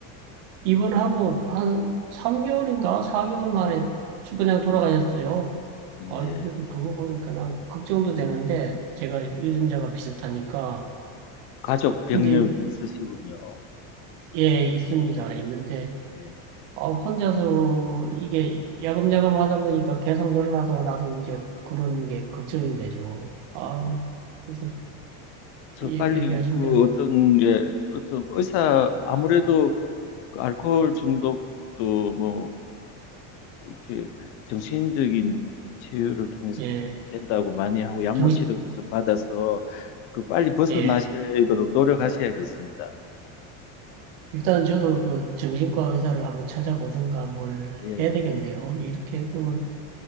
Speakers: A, on the right; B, on the left.
A: 입원하고 한 3개월인가 4개월 만에 주- 그냥 돌아가셨어요.
B: 예.
A: 아, 그래도 그거 보니까 난 걱정도 되는데 제가 유전자가 비슷하니까.
B: 가족 병력이
A: 근데
B: 있으시군요.
A: 예, 있습니다. 있는데
B: 예,
A: 아, 혼자서 이게 야금야금 하다 보니까 계속 늘어나서 나도 이제 그런 게 걱정이 되죠. 아
B: 예.
A: 그래서
B: 저
A: 예,
B: 빨리
A: 얘기하신
B: 그
A: 대로
B: 어떤 예, 어떤 의사 아무래도 그 알코올 중독도 뭐 이렇게 정신적인 치유를 통해서
A: 예,
B: 된다고 많이 하고 약물
A: 정신
B: 치료도 좀 받아서 그 빨리 벗어나시도록
A: 예.
B: 노력하셔야겠습니다.
A: 일단은 저도 그 정신과 의사를 한번 찾아보든가 뭘
B: 예.
A: 해야 되겠네요. 이렇게 보면